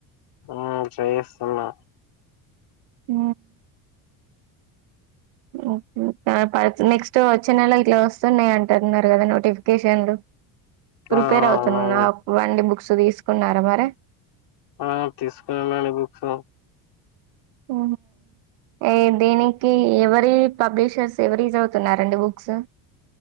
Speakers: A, on the left; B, on the right.
A: హు చేయిస్తున్నా
B: ఉ ఓకే నెక్స్ట్ వచ్చే నెల ఇట్లా వస్తున్నాయి అంటున్నారు కదా నోటిఫికేషన్లు ప్రిపేర్
A: ఆ
B: అవుతున్నా
A: అవునండి
B: వండి బుక్స్ తీసుకున్నారా మరి
A: ఆ తీసుకున్నానండి బుక్స్
B: హు ఏ దీనికి ఎవరి పబ్లిషర్స్ ఎవరివి చదువుతున్నారండి బుక్స్